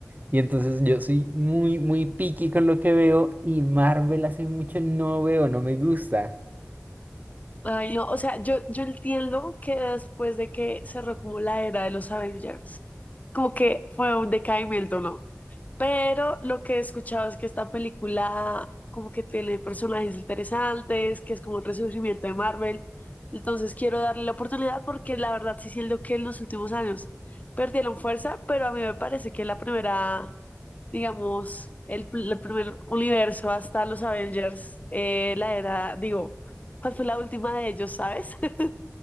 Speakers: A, on the right; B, on the left.
A: y entonces yo soy muy, muy picky con lo que veo y Marvel hace mucho no veo, no me gusta.
B: Ay, no, o sea, yo, yo entiendo que después de que cerró como la era de los Avengers, como que fue un decaimiento, ¿no? Pero lo que he escuchado es que esta película como que tiene personajes interesantes, que es como un resurgimiento de Marvel. Entonces quiero darle la oportunidad porque la verdad sí siento que en los últimos años perdieron fuerza, pero a mí me parece que la primera, digamos, el, pl- el primer universo hasta los Avengers, eh, la era, digo, ¿cuál fue la última de ellos, sabes? <laughs>